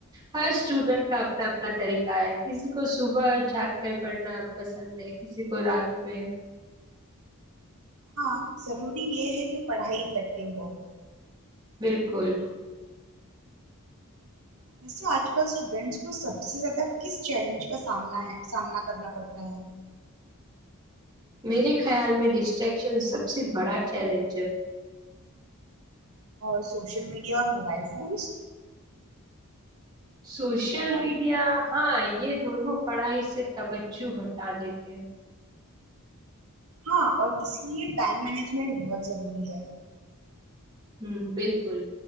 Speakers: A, on the right; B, on the right.
A: ہر اسٹوڈینٹ کا اپنا اپنا طریقہ ہے کسی کو صبح جھانک کر پڑھنا پسند ہے کسی کو رات میں
B: ہاں ضروری یہ ہے کہ پڑھائی افیکٹو ہو
A: بالکل
B: ویسے آج کل اسٹوڈنٹس کو سب سے زیادہ کس چیلنج کا سامنا کرنا پڑتا ہے
A: میرے خیال میں ڈسٹریکشن سب سے بڑا چیلنج ہے
B: اور سوشل میڈیا اور موبائل فونس
A: سوشل میڈیا ہاں یہ دونوں پڑھائی سے توجہ ہٹا دیتے ہیں
B: ہاں اور اسی لیے ٹائم مینجمنٹ بہت ضروری ہے
A: ہوں بالکل